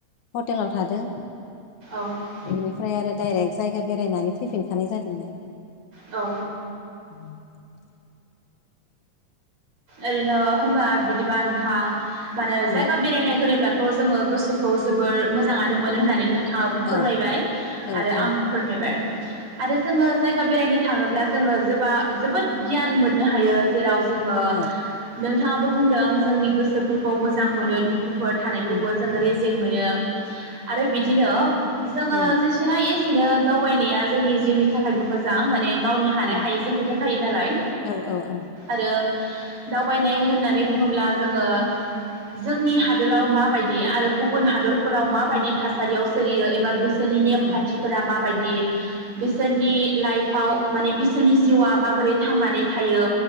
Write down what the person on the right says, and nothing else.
औ
औ
ओरैनो होनबा बिदिबा नोंथां मानो जायगा
बेरायनाय होनोब्ला थ जोङो गोसोखौ जोबोर मोजाङानो मोनो होननानै नों थाङाबो फोरमायबाय
आरो
आंबो फोरमायबाय आरो जोङो जायगा बेरायनो थाङोब्ला जोङो जोबा जोबोद गियान मोननो हायो जेराव जोङो
नोंथाङाबो बुंदों जोंनि गोसोफोरखौ मोजां मोनो दुखु दुखुफोर थानायखौबो
जोङो रेजें मोनो <unintelligible> आरो बिदिनो जोङो
जेसेना एसेनो दावबायनाया जोंनि जिउनि थाखायबो मोजां माने गावनि हानाय
हायैजों खोथा थायो नालाय
आरो दावबायनाय होननानै बुङोब्ला जोङो जोंनि हादोराव माबायदि आरो गुबुन हादरफोराव माबायदि थासारियाव सोलियो एबा बिसोरनि नेमखान्थिफोरा
माबायदि बिसोरनि लाइफआव माने बिसोरनि जिउआ माबोरै थांनानै थायो।